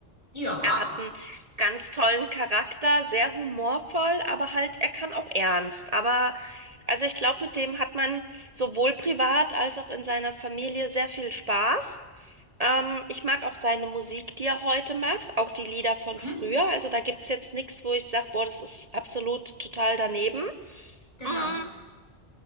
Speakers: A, on the left; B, on the right.
A: Ja.
B: Er hat einen ganz tollen Charakter, sehr humorvoll, aber halt, er kann auch ernst. Aber also ich glaube, mit dem hat man sowohl privat als auch in seiner Familie sehr viel Spaß. Ähm, ich mag auch seine Musik, die er heute macht, auch die Lieder von früher.
A: Mhm.
B: Also da gibt es jetzt nichts, wo ich sage, boah, das ist absolut total daneben.
A: Genau.
B: Mm.